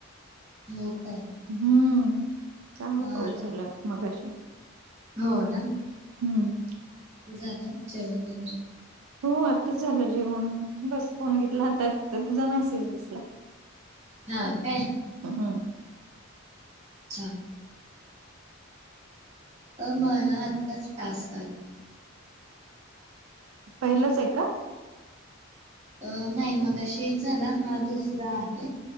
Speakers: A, on the right; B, on the right.
A: हो काय?
B: हम्म, चांगला
A: हा
B: पाऊस झाला मगाशी.
A: हो ना.
B: हम्म
A: झालं जेवण वगैरे?
B: हो आताच झालं जेवण. बस फोन घेतला आता तुझा मेसेज दिसला.
A: हा काय?
B: <unintelligible>
A: अच्छा. अ मला आत्ताच टास्क आले.
B: पहिलंच आहे का?
A: अ नाही. मगाशी एक झाला हा दुसरा आहे.